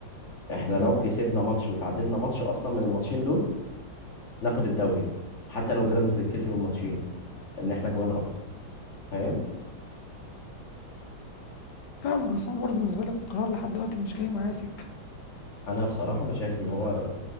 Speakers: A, on the left; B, on the left.
A: احنا
B: م.
A: لو كسبنا ماتش وتعادلنا ماتش اصلا من الماتشين دول ناخد الدوري حتى لو بيراميدز كسب الماتشين ان احنا جوان اكتر فاهم
B: فاهمك بس انا برضه بالنسبه لي القرار لحد دلوقتي مش جاي معايا سكه
A: انا بصراحة انا شايف ان هو